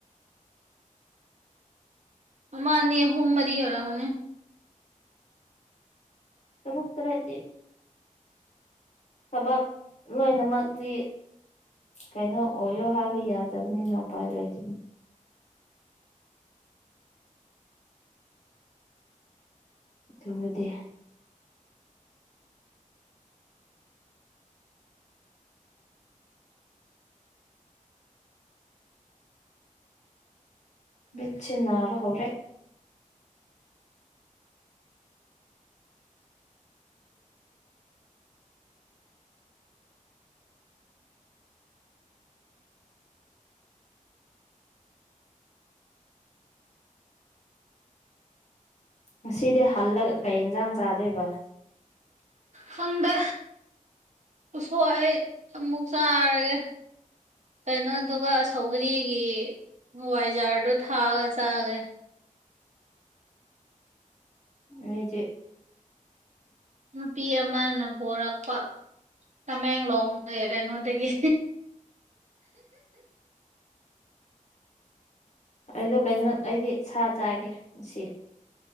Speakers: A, on the right (about 60°); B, on the left (about 55°).
A: ꯃꯥꯅꯦ ꯑꯍꯨꯝꯃꯗꯤ ꯑꯣꯏꯧꯔꯛꯎꯅꯦ
B: ꯇꯔꯨꯛ ꯇꯔꯦꯠꯗꯤ ꯊꯕꯛ ꯂꯣꯏꯅꯃꯛꯗꯤ ꯀꯩꯅꯣ ꯑꯣꯏꯌꯣ ꯍꯥꯏꯕ ꯌꯥꯗꯕꯅꯤꯅ ꯎꯄꯥꯏ ꯂꯩꯇꯦ ꯗꯨꯕꯨꯗꯤ ꯃꯤꯠꯁꯦ ꯅꯥꯕ ꯍꯧꯔꯦ ꯉꯁꯤꯗꯤ ꯍꯜꯂꯒ ꯀꯩ ꯏꯟꯁꯥꯡ ꯆꯥꯗꯣꯏꯕ
A: ꯈꯪꯗꯦ ꯑꯨꯁꯣꯏ ꯑꯃꯨꯛ ꯆꯥꯔꯒꯦ ꯀꯩꯅꯣꯗꯨꯒ ꯁꯧꯒ꯭ꯔꯤꯒꯤ ꯋꯥꯏꯖꯥꯔꯗꯣ ꯊꯥꯛꯑꯒ ꯆꯥꯒꯦ
B: ꯑꯩꯗꯤ
A: ꯅꯨꯄꯤ ꯑꯃꯅ ꯄꯣꯔꯛꯄ ꯇꯃꯦꯡꯂꯣꯡ ꯑꯦ ꯀꯩꯅꯣꯗꯒꯤ
B: ꯑꯩꯗꯣ ꯀꯩꯅꯣꯠ ꯑꯩꯗꯤ ꯁꯥ ꯆꯥꯒꯦ ꯁꯤ